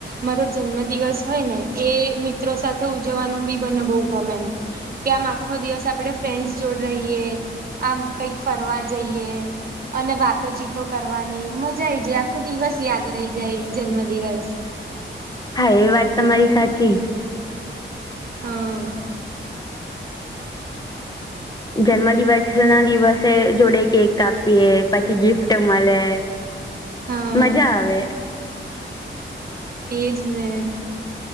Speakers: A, on the right (about 50°); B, on the left (about 20°).
A: મારો જન્મ દિવસ હોય ને એ મિત્રો સાથે ઉજવવાનો બી મને બો ગમે. કે આમ આખો દિવસ આપણે ફ્રેન્ડસ જોડે રહીયએ, આમ કઈક ફરવા જઈએ. અને વાતોચીતો કરવાની, મજા આવીઈ જાય. આખો દિવસ યાદ રહી જાય જન્મ દિવસ.
B: હા એ વાત તમારી સાચી.
A: હા.
B: જન્મ દિવસ ના દિવસે જોડે કેક કાપયે પછી ગિફ્ટ મલે
A: હા
B: મજા આવે.
A: એજ ને.